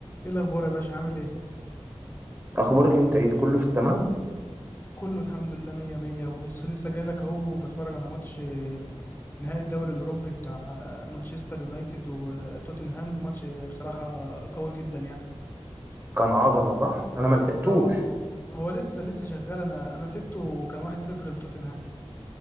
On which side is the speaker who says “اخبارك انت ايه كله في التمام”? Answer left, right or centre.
Right